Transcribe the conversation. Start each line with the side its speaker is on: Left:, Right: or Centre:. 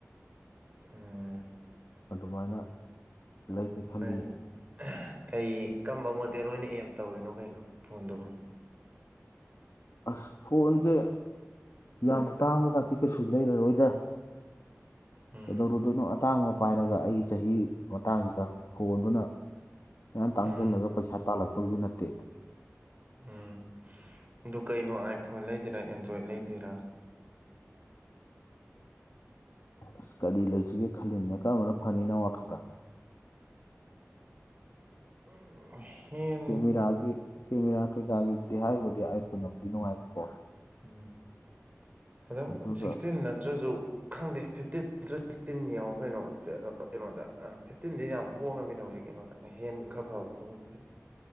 Right: ꯑꯝ
Left: ꯑꯗꯨꯃꯥꯏꯅ ꯂꯩꯒꯦ ꯈꯜꯂꯤꯌꯦ
Right: ꯀꯩ ꯀꯩ ꯀꯝꯕ ꯃꯣꯗꯦꯜ ꯑꯣꯏꯅ ꯑꯦꯝ ꯇꯧꯔꯤꯅꯣ ꯀꯩꯅꯣ ꯐꯣꯟꯗꯨꯕꯨ
Left: ꯑꯁ ꯐꯣꯟꯁꯦ ꯌꯥꯝ ꯇꯥꯡꯃꯒꯇꯤ ꯀꯩꯁꯨ ꯂꯩꯔꯔꯣꯏꯗ
Right: ꯎꯝ
Left: ꯀꯩꯗꯧꯔꯨꯗꯣꯏꯅꯣ ꯑꯇꯥꯡꯕ ꯄꯥꯏꯔꯒ ꯑꯩꯒꯤ ꯆꯍꯤ ꯃꯇꯥꯡꯁꯤꯗ ꯐꯣꯟꯗꯨꯅ ꯃꯌꯥꯝ ꯇꯥꯡꯁꯤꯜꯂꯒ
Right: ꯎꯝ
Left: ꯄꯩꯁꯥ ꯇꯥꯜꯂꯛꯇꯧꯁꯨ ꯅꯠꯇꯦ
Right: ꯎꯝ ꯑꯗꯨ ꯀꯩꯅꯣ ꯑꯥꯏꯐꯣꯟ ꯂꯩꯗꯔꯥ ꯑꯦꯟꯗ꯭ꯔꯣꯏꯗ ꯂꯩꯗꯦꯔꯥ
Left: ꯑꯁ ꯀꯔꯤ ꯂꯩꯁꯤꯒꯦ ꯈꯜꯂꯤꯅ ꯀꯔꯝꯕꯅ ꯐꯅꯤꯅꯣ ꯋꯥꯈꯜꯗ
Right: <unintelligible>
Left: ꯀꯦꯃꯦꯔꯥꯒꯤ ꯀꯦꯃꯦꯔꯥ ꯀꯩꯀꯥꯒꯤꯕꯨꯗꯤ ꯍꯥꯏꯔꯨꯕꯨꯗꯤ ꯑꯥꯏꯐꯣꯟꯕꯨꯗꯤ ꯅꯨꯡꯉꯥꯏꯕꯀꯣ
Right: ꯎꯝ ꯑꯗꯨꯝ
Left: ꯑꯗꯨꯒ
Right: ꯁꯤꯛꯁꯇꯤꯟ ꯅꯠꯇ꯭ꯔꯁꯨ ꯈꯪꯗꯦ ꯐꯤꯐꯇꯤꯟ ꯅꯠꯇ꯭ꯔ ꯁꯤꯛꯁꯇꯤꯟ ꯌꯦꯡꯉꯣ ꯀꯩꯅꯣ ꯑꯗꯣ ꯀꯩꯅꯣꯗ ꯐꯤꯐꯇꯤꯟꯗꯤ ꯌꯥꯝ ꯍꯣꯡꯉꯝꯃꯤꯅꯦ ꯍꯧꯖꯤꯛ ꯀꯩꯅꯣꯗ ꯍꯦꯟ ꯈꯔ ꯐꯕ ꯇꯉꯝꯁꯦ